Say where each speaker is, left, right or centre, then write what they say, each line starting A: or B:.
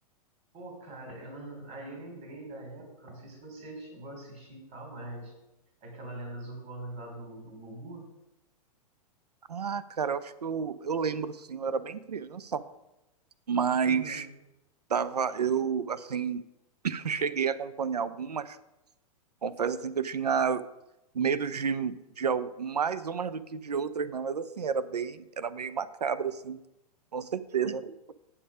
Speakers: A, on the right; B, on the right.
A: Pô, cara, eu não. Aí eu lembrei da época, não sei se você chegou a assistir e tal, mas aquela Lendas Urbanas lá do, do Gugu.
B: Ah, cara, eu acho que eu, eu lembro, sim, eu era bem criança, mas
A: Uhum.
B: tava, eu, assim, <laughs> cheguei a acompanhar algumas, confesso, assim, que eu tinha medo de, de al- mais umas do que de outras, né? Mas, assim, era bem, era meio macabro, assim, com certeza. <laughs>